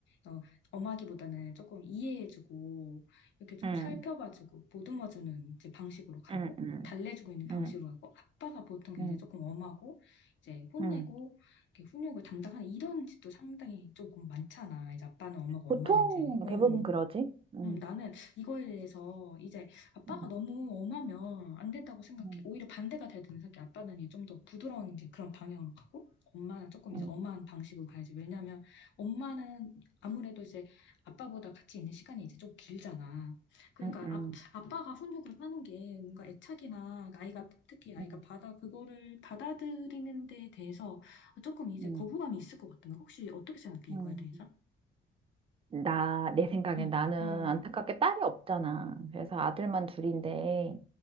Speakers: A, on the left (about 70°); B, on the right (about 30°).
A: 어, 엄하기보다는 조금 이해해주고 이렇게 조금
B: 응,
A: 살펴봐주고 보듬어주는 이제 방식으로 가고
B: 응, 응,
A: 달래주고 있는 방식으로
B: 응,
A: 가고 아빠가 보통
B: 응.
A: 이제 조금 엄하고 이제 혼내고
B: 응.
A: 이렇게 훈육을 담당하는 이런 집도 상당히 조금 많잖아. 이제 아빠는 엄하고
B: 보통
A: 엄마는 이제 어.
B: 대부분 그러지. 응,
A: 음, 나는 이거에 대해서 이제 아빠가
B: 응,
A: 너무 엄하면 안 된다고 생각해.
B: 응,
A: 오히려 반대가 돼야 되는 생각해. 아빠는 이제 좀 더 부드러운 이제 그런 방향으로 가고, 엄마는 조금
B: 응,
A: 이제 엄한 방식으로 가야지. 왜냐하면 엄마는 아무래도 이제 아빠보다 같이 있는 시간이 이제 좀 길잖아. 그러니까
B: 응, 응,
A: 아, 아빠가 훈육을 하는 게 뭔가 애착이나 아이가 특히 아이가
B: 응,
A: 받아 그거를 받아들이는 데 대해서 조금 이제
B: 응.
A: 거부감이 있을 것 같은 거. 혹시 어떻게 생각해?
B: 응.
A: 이거에 대해서?
B: 나, 내 생각에
A: 응,
B: 나는
A: 응,
B: 안타깝게 딸이 없잖아. 그래서 아들만 둘인데.